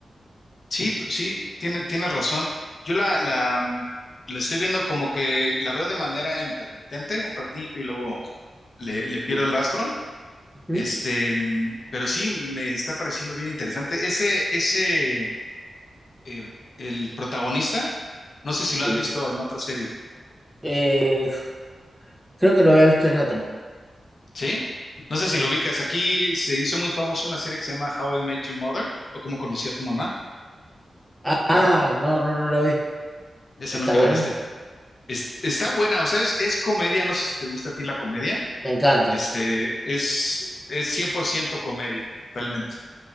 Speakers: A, on the left (about 55°); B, in the centre.
A: Sí, tú- sí, tiene, tienes razón. Yo la, la, mm, la estoy viendo como que la veo de manera intermitente un ratito y luego le, le pierdo
B: Bien.
A: el rastro.
B: Ujú,
A: Este, mm, pero sí, me está pareciendo bien interesante. Ese, ese, eh, el protagonista, no sé si lo
B: Sí.
A: has visto en otra serie tú,
B: Eh, Creo que lo había visto en otra.
A: ¿sí? No sé
B: Sí.
A: si lo ubicas. Aquí se hizo muy famosa una serie que se llama How I Met Your Mother o Cómo conocí a tu mamá.
B: Ah, ah, no, no, no lo vi.
A: Esa
B: ¿Está
A: nunca
B: buena?
A: la viste. Es- está buena, o sea, es, es comedia, no sé si te gusta a ti la comedia
B: Me encanta.
A: Este, es, es 100% comedia, totalmente.